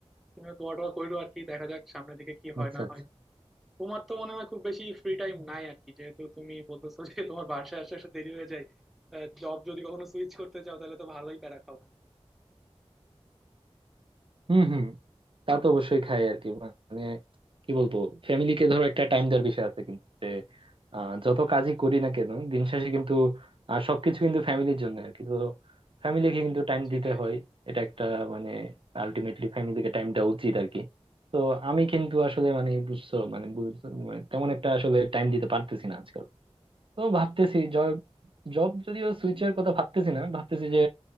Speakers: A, in the centre; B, on the right (about 50°).
A: তুমি দোয়া টোয়া কইরো আর কি দেখা যাক সামনের দিকে কি হয়
B: আচ্ছা
A: না
B: আচ্ছা
A: হয় তোমার তো মনে হয় খুব বেশি ফ্রি টাইম নাই আর কি যেহেতু তুমি বলতেছো যে তোমার বাসায় আসতে আসতে দেরি হয়ে যায় জব যদি কখনো সুইচ করতে চাও তাহলে তো ভালোই প্যারা খাও
B: হম হম তা তো অবশ্যই খাই আর কি মানে কি বলবো ফ্যামিলিকে ধরো একটা টাইম দেওয়ার বিষয় আছে কিন্তু যে আহ, যত কাজই করি না কেন দিন শেষে কিন্তু আহ, সবকিছু কিন্তু ফ্যামিলির জন্য আর কি তো ফ্যামিলিকে কিন্তু টাইম
A: সেটাই
B: দিতে হয় এটা একটা মানে আলটিমেটলি ফ্যামিলিকে টাইম দেওয়া উচিত আর কি তো আমি কিন্তু আসলে মানে বুঝছো মানে বুঝছো মানে তেমন একটা আসলে টাইম দিতে পারতেছি না আজকাল তো ভাবতেছি জব জব যদিও সুইচের কথা ভাবতেছি না ভাবতেছি যে